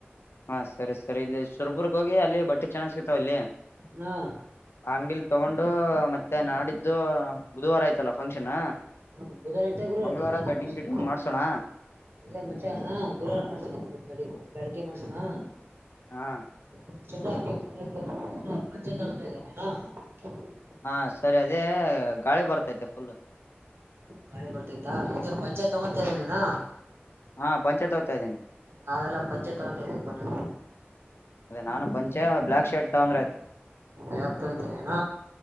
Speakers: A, on the left (about 70°); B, on the right (about 70°).
A: ಹಾ ಸರಿ ಸರಿ ಇಲ್ಲಿ ಸುರಪುರ ಹೋಗಿ ಅಲ್ಲಿ ಬಟ್ಟೆ ಚೆನ್ನಾಗ್ ಸಿಕ್ತಾವ ಅಲ್ಲಿ
B: ಹಾ
A: ಅಂಗಡಿಲಿ ತಗೊಂಡು ಮತ್ತೆ ನಾಡಿದ್ದು ಬುಧವಾರ ಆಯ್ತಲ್ಲ ಫಂಕ್ಷನ್
B: ಹ್ಮ ಬುದುವಾರೈತೆ ಗುರುವಾರತೆ
A: ಮಂಗಳವಾರ
B: ಆಪರೇಷನ್
A: ಕಟಿಂಗ್ ಗಿಟಿಂಗ್ ಮಾಡ್ಸೋಣ
B: ಎಲ್ಲೇ ಮಚ್ಚ ಹಾ ಗುರುವಾರ ಮಾಡ್ಸಣ ಕಡೆಗ ಬೆಳಿಗ್ಗೆ ಮಾಡ್ಸೋಣ ಹ
A: ಹಾ
B: <unintelligible> ಪಂಚಾಯತ್ ಅವರ ಹತ್ರ ಇದಿಯಾ ನೀನು
A: ಹಾ ಸರಿ ಅದೇ ಗಾಳಿ ಬರ್ತೈತೆ ಫುಲ್
B: ಗಾಳಿ ಬರ್ತಾ ಐತ ಪಂಚಾಯತ್ ತಗೋ ಅಂತ ಹೇಳಿದಿ ನೀನು
A: ಹಾ ಪಂಚೆ ತಗೋತಾ ಇದ್ದೇನೆ
B: ನಾವೆಲ್ಲ ಪಂಚೆ ತಗೊಂತ ಇದೀವಿ ಪಾ ನೀವು
A: ಅದೇ ನಾನು ಪಂಚೆ ಬ್ಲಾಕ್ ಶರ್ಟ್ ತಗಂದ್ರೆ ಆಯ್ತು
B: ಲಗ್ತತಿನಾ